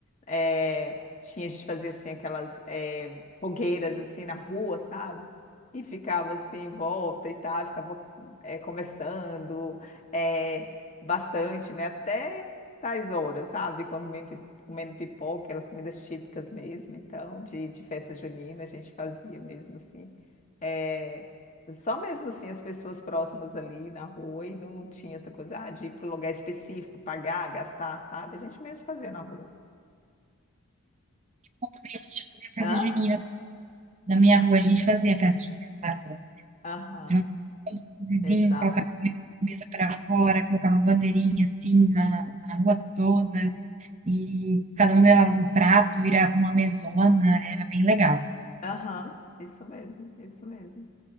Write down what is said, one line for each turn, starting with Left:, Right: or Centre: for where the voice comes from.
Left: eh, tinha, a gente fazia, assim, aquelas eh, fogueiras, assim, na rua, sabe? E ficava, assim, em volta e tal, ficava eh, conversando eh, bastante, né? Até tais horas, sabe? Quando comendo pi- comendo pipoca, aquelas comidas típicas mesmo, então, de, de festa junina, a gente fazia mesmo, assim. Eh, só mesmo assim as pessoas próximas ali na rua e não tinha essa coisa ah, de ir para um lugar específico, pagar, gastar, sabe? A gente mesmo fazia na rua.
Right: como também a gente fazia festa
Left: Hã?
Right: junina. Na minha rua, a gente fazia festa junina na rua.
Left: Aham,
Right: Juntava todos os vizinhos,
Left: exato.
Right: colocava mesa para fora, colocava bandeirinha assim na, na rua toda. e cada um levava um prato, virava uma mesona, era bem legal.
Left: Aham, isso mesmo, isso mesmo.